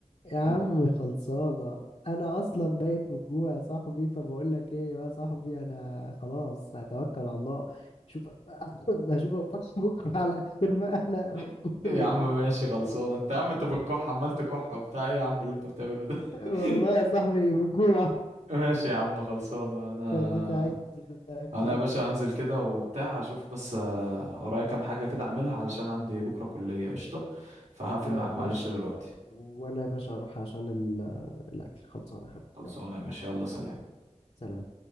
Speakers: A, on the left; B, on the right.
A: يا عم
B: هت...
A: خلصانة أنا أصلا ميت من الجوع يا صاحبي فبقول لك إيه يا صاحبي أنا خلاص هتوكل على الله أشوفك بقى <laughs> أشوفك بقى بكرة على خير بقى أنا
B: م-
A: من كتر
B: يا
A: ال...
B: عم ماشي خلصانه انت يا عم انت بتكح
A: <laughs>
B: عمال تكح وبتاع ايه يا عم اللي انت بتعمله ده
A: <coughs> والله
B: <laughs>
A: يا صاحبي من الجوع
B: ماشي يا عم خلصانة انا
A: اديتي عايز أكل
B: انا يا باشا هنزل كده وبتاع اشوف بس آه، ورايا كام حاجة كده اعملها علشان عندي بكرة كلية قشطة فهقفل
A: و-
B: معاك
A: ماشي
B: معلش دلوقتي
A: يا حبيبي وأنا يا باشا هروح عشان ال... الأكل خلصانة يا حبيبي
B: خلصانة
A: يلا
B: يا باشا يلا سلام
A: سلام